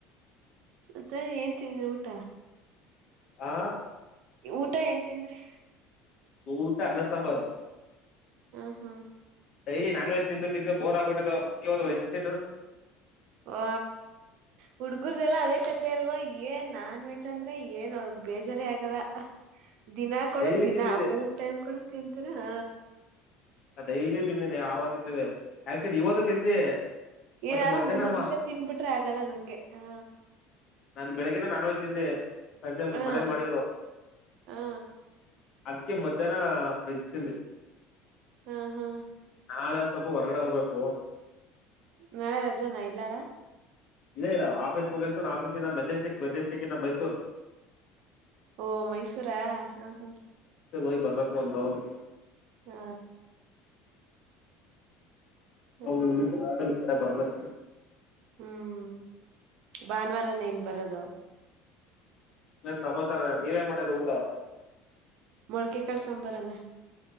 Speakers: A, on the right; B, on the left.
A: ಮತ್ತೆ ಏನ್ ತಿಂದ್ರಿ ಊಟ
B: ಹಾ
A: ಊಟ ಏನ್ ತಿನ್ರಿ
B: ಊಟ ಅನ್ನ ಸಾಂಬರ್
A: ಹಾ ಹಾ
B: ಡೈಲಿ ನಾನ್ ವೆಜ್ ತಿಂದು ತಿಂದು ಬೋರ್ ಆಗ್ಬಿಟ್ಟಿದ್ದು ಅದು ವೆಜ್ ತಿಂದು
A: ವ ಹುಡ್ಗುರ್ದೆಲ್ಲ ಅದೇ ಕತೆ ಅಲ್ವಾ ಏನ್ ನಾನ್ ವೆಜ್ ಅಂದ್ರೆ ಏನ್ ಅವ್ರ ಬೇಜಾರ ಆಗಲ್ಲ ದಿನ ಕೊಡ
B: ಡೈಲಿ
A: ದಿನಾ
B: ತಿಂದಿದ್ದೆ
A: ಮೂರ್ ಟೈಮ್ ಕೊಡ ತಿಂ ತೀರಾ ಹ
B: ಡೈಲಿ ತಿಂದೇನಿ ಆವಾಗ ತಿಂದಿವವಿ ಆಕ್ಚುಲಿ ಇವತ್ತು ತಿಂದೆ ಬಟ್
A: ಏನಾರು
B: ಮಧ್ಯಾಹ್ನಮ್ಮ
A: ಮೂರ್ ದಿವ್ಸ ತಿನ್ಬಿಟ್ರೆ ಆಗಲ್ಲ ನಂಗೆ ಹ
B: ನಾನ್ ಬೆಳಿಗಿನ ನಾನ್ವೆಜ್ ತಿಂ ದೆ ಸಂಜೆ
A: ಹಾ
B: ಮನೇಲಿ ಮಾಡಿದ್ರು
A: ಹಾ
B: ಅದ್ಕ್ಕೆ ಮಧ್ಯಾಹ್ನ ವೆಜ್ ತಿಂದೆ
A: ಹಾ ಹಾ
B: ನಾಳೆ ಸ್ವಲ್ಪ ಹೊರಗಡೆ ಹೋಗ್ಬೇಕು
A: ನಳ ರಜನಾ ಇಲ್ಲಾರಾ
B: ಇಲ್ಲ ಇಲ್ಲ ಆಫೀಸ್ ಮುಗಿಸಸ್ಕೊಂಡು ಆಫೀಸ್ ಇಂದ ಮೆಜೆಸ್ಟಿಕ್ ಮೆಜೆಸ್ಟಿಕ್ ಇಂದ ಮೈಸೂರು
A: ಓ ಮೈಸೂರ ಹಾ ಹಾ
B: ನಿ ಬರ್ಬೇಕು ಒಂದ್ ರೌಂಡ್
A: ಹಾ ಸರಿ
B: ಒ ಮುಗಸ
A: ಸರಿ
B: ಆ ಬರ್ಬೇಕು
A: ಹ್ಮ್ ಭಾನುವಾರನ ಏನ್ ಬರದು
B: ನನ್ ಸಮಾಚಾರ ನೀವೇನ್ ಮಾಡಿದರ ಊಟ
A: ಮೊಳ್ಕೆಕಾಳ ಸಾಂಬಾರನ್ನ